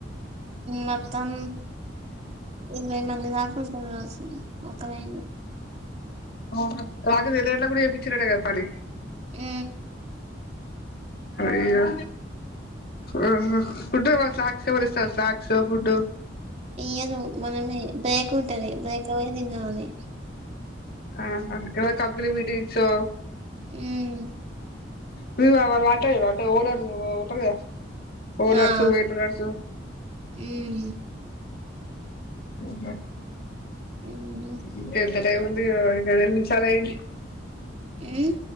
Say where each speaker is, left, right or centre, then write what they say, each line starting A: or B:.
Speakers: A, on the right; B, on the left.
A: మొత్తం ఇరవై మంది దాకుంటరు కావచ్చు ఒకలైను
B: అవునా రాత్రి రెండు గంటలకు కూడా చేపించిండట కదా పని
A: ఊ
B: అయ్యో ఆహా ఫుడ్ ఏమన్న స్నాక్స్ ఇస్తారు స్నాక్స్ ఫుడ్డు
A: ఇయరు మనమే బ్రేక్ ఉంటంది బ్రేక్ ల వోయి తినాలి
B: ఆహా ఎవరు <unintelligible> సో
A: హ్మ్.
B: మీవా వాళ్ళు మాట్లాడ అంటే ఓనర్ ఉంటరు కదా ఓనర్సు
A: ఆ!
B: వెయిటనర్సు
A: హ్మ్.
B: ఆహా
A: హ్మ్.
B: ఇంక ఎంత టైం ఉంది ఓ ఇంక రెండు నిముషాలు ఐంది
A: ఉమ్